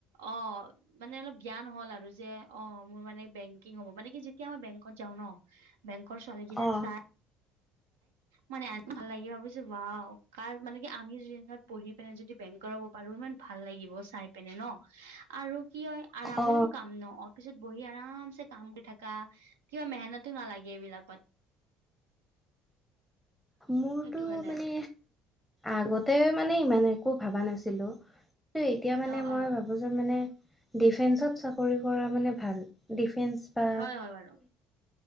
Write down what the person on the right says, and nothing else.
অ, মানে অলপ জ্ঞান হ'ল আৰু যে অ, মোৰ মানে বেংকিং হ'ব মানে কি যেতিয়া মই বেংকত যাও ন' বেংকৰ ছোৱালীকেইটাক
চাই মানে আ, ভাল লাগিব ভাবিছো ওৱাও কাৰ মানে কি আমিওঁ যদি এনকা পঢ়ি পেনে যদি বেংকাৰ হ'ব পাৰো ইমান ভাল লাগিব চাই পিনে ন' আৰু কি হয় আৰামৰো
কাম ন' পিছত বহি আৰামছে কাম কৰি থকা কিবা মেহনতো নালাগে এইবিলাকত।
সেইটো কাৰণে
অ
অ
হয়-হয় বাৰু